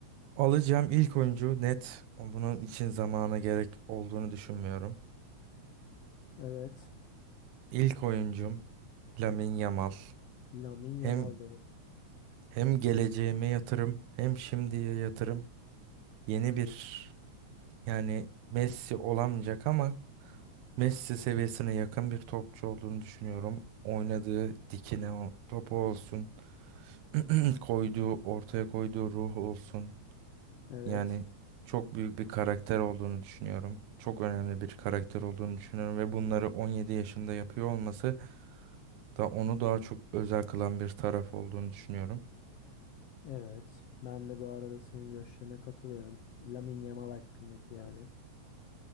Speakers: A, on the right; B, on the left.
A: Alacağım ilk oyuncu net. Bunun için zamana gerek olduğunu düşünmüyorum.
B: Evet.
A: İlk oyuncum Lamine Yamal.
B: Lamine
A: Hem
B: Yamal dedin.
A: hem geleceğime yatırım, hem şimdiye yatırım. Yeni bir yani Messi olamayacak ama Messi seviyesine yakın bir topçu olduğunu düşünüyorum. Oynadığı dikine o topu olsun, <clears throat> koyduğu ortaya koyduğu ruhu olsun.
B: Evet.
A: Yani çok büyük bir karakter olduğunu düşünüyorum. Çok önemli bir karakter olduğunu düşünüyorum ve bunları 17 yaşında yapıyor olması da onu daha çok özel kılan bir taraf olduğunu düşünüyorum.
B: Evet. Ben de bu arada senin görüşlerine katılıyorum. Lamine Yamal hakkındaki yani.